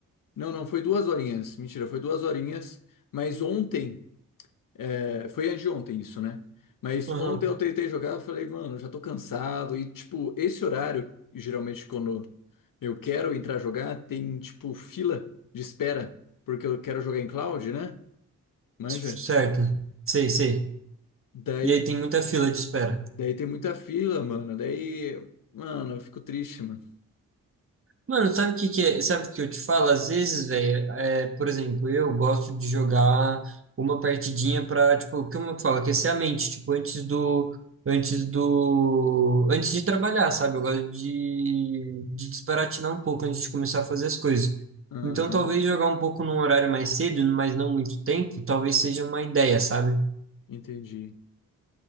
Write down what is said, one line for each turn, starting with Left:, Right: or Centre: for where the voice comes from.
Left: Não, não, foi duas horinhas. Mentira, foi duas horinhas. Mas ontem, é, foi anteontem isso, né? Mas
Right: Aham.
Left: ontem eu tentei jogar, eu falei, mano, já tô cansado. E, tipo, esse horário, geralmente quando eu quero entrar jogar, tem, tipo, fila de espera, porque eu quero jogar em cloud, né? Manja.
Right: Certo. Sei, sei.
Left: Daí,
Right: E aí tem muita fila de espera.
Left: daí tem muita fila, mano. Daí, mano, eu fico triste, mano.
Right: Mano, sabe o que que é? Sabe o que eu te falo? Às vezes, velho, é, por exemplo, eu gosto de jogar uma partidinha pra, tipo, como eu falo, aquecer a mente, tipo, antes do, antes do, antes de trabalhar, sabe? Eu gosto de, de desbaratinar um pouco antes de começar a fazer as coisas.
Left: Aham,
Right: Então, talvez jogar um pouco num horário mais cedo, mas não muito tempo, talvez seja uma ideia, sabe?
Left: entendi.